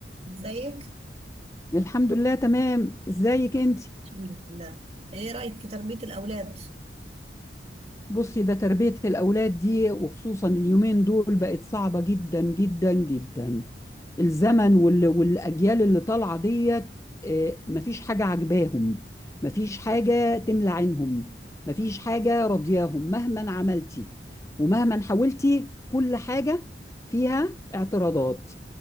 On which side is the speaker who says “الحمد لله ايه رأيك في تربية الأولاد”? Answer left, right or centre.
Right